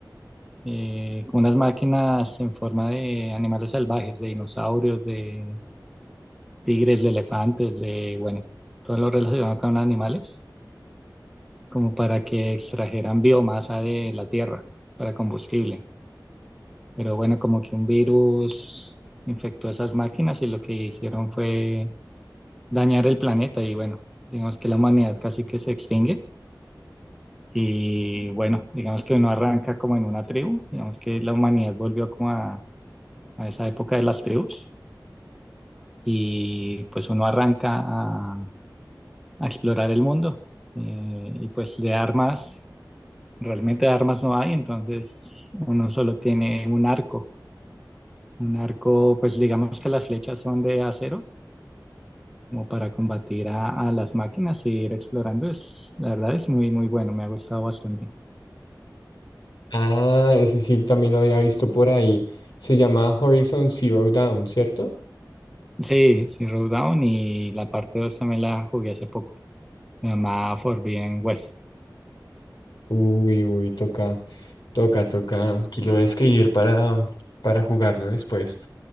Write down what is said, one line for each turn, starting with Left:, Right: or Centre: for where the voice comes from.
Centre: eh, como unas máquinas en forma de animales salvajes, de dinosaurios, de tigres, de elefantes, de, bueno, todo lo relacionado con animales, como para que extrajeran biomasa de la tierra para combustible. Pero bueno, como que un virus infectó esas máquinas y lo que hicieron fue dañar el planeta y bueno, digamos que la humanidad casi que se extingue y bueno, digamos que uno arranca como en una tribu, digamos que la humanidad volvió como a, a esa época de las tribus y pues uno arranca a, a explorar el mundo eh, y pues de armas, realmente de armas no hay, entonces uno solo tiene un arco. Un arco, pues digamos que las flechas son de acero, como para combatir a, a las máquinas e ir explorando, es, la verdad es muy, muy bueno, me ha gustado bastante.
Left: Ah, ese sí también lo había visto por ahí. Se llama Horizon Zero Dawn, ¿cierto?
Centre: Sí, sí, Down y la parte 2 también la jugué hace poco, se llama Forbidden West.
Left: Uy, uy, toca, toca, toca. Aquí lo voy a escribir para, para jugarlo después.